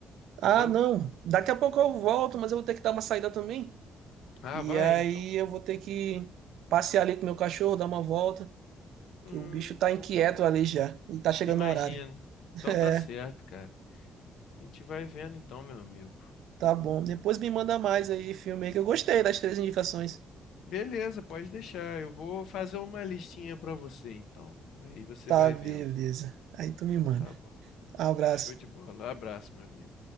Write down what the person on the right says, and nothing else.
Ah, não, daqui a pouco eu volto, mas eu vou ter que dar uma saída também.
E
aí
eu vou ter que passear ali com meu cachorro, dar uma volta. Que
o bicho
tá inquieto
ali já. E tá chegando
no horário. <laughs>
É,
tá bom. Depois me manda mais aí, filme aí, que eu gostei das três indicações.
Tá,
beleza.
Aí tu me
manda.
Abraço.